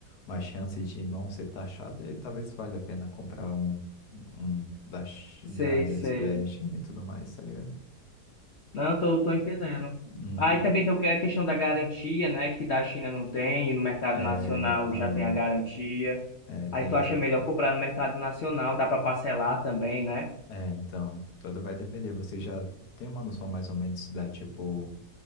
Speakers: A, on the left; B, on the left.
A: uma chance de não ser taxado, aí talvez valha a pena comprar um, um da, Chi-
B: sei,
A: da AliExpress,
B: sei.
A: China e tudo mais, tá ligado?
B: Não, eu tô, tô entendendo.
A: Uhum.
B: Aí também tem o que- a questão da garantia, né? Que da China não tem, e no mercado
A: É,
B: nacional
A: então,
B: já tem a garantia.
A: é,
B: Aí
A: tem
B: tu
A: essa
B: acha
A: questão,
B: melhor
A: né?
B: comprar no mercado nacional, dá para parcelar também, né?
A: É, então, tudo vai depender. Você já tem uma noção mais ou menos da, tipo,